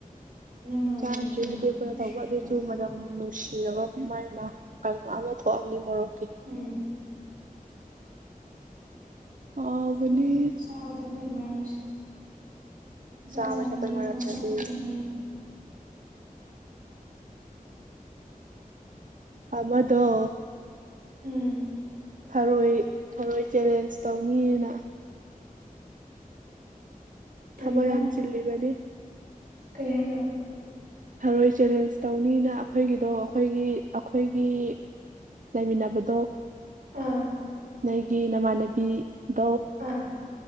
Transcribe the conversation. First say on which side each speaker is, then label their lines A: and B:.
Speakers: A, on the right; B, on the right.
A: ꯃꯣꯔꯣꯛꯀꯤ
B: ꯆꯥꯗꯔꯤꯗꯤ
A: ꯃꯅꯝꯒ
B: ꯑꯇ‌ꯦꯛ ꯄꯅꯥ
A: ꯅꯨꯡꯁꯤꯔꯒ
B: ꯇꯧꯕꯥ ꯑꯗꯨꯑ‌ꯣꯏꯁꯨ
A: ꯍꯥꯎꯋꯦ
B: ꯃꯅꯝ ꯅꯨꯡꯁꯤ <unintelligible> ꯑꯃ ꯊꯣꯛꯑꯝꯅꯤ ꯃꯣꯔꯣꯛꯀꯤ
A: ꯎꯝ
B: ꯍꯥꯎꯕꯅꯤ
A: ꯑꯗꯨꯅ‌ꯦ ꯆꯥꯕꯥ ꯊꯛꯄꯩ ꯃꯔꯝꯁꯦ ꯄꯪꯆꯥ
B: ꯆꯥꯕꯩ
A: ꯆꯥꯅꯤꯡꯉꯤ
B: ꯊꯛꯄꯩ ꯃꯔꯝꯗꯗꯤ
A: ꯄꯪꯊꯛ ꯊꯛꯅꯤꯡꯉꯤ
B: ꯑꯃꯗꯣ
A: ꯎꯝ
B: ꯊꯔꯣꯏ ꯊꯔꯣꯏ ꯆꯦꯂꯦꯟꯁ ꯇꯧꯅꯤꯌ‌ꯦꯅꯥ
A: ꯀꯩꯕ
B: ꯊꯕꯛ ꯌꯥꯝ ꯆꯤꯜꯂꯤꯕꯅꯤ
A: ꯀꯩ ꯍꯥꯏꯅꯣ
B: ꯊꯔꯣꯏ ꯆꯦꯂꯦꯟꯁ ꯇꯧꯅꯤꯅ ꯑꯩꯈꯣꯏꯒꯤꯗꯣ ꯑꯩꯈꯣꯏꯒꯤ ꯑꯩꯈꯣꯏꯒꯤ ꯂꯩꯃꯤꯟꯅꯕꯗꯣ
A: ꯑꯥ
B: ꯅꯪꯏꯒꯤ ꯅꯃꯥꯟꯅꯕꯤ ꯗꯣ
A: ꯑꯥ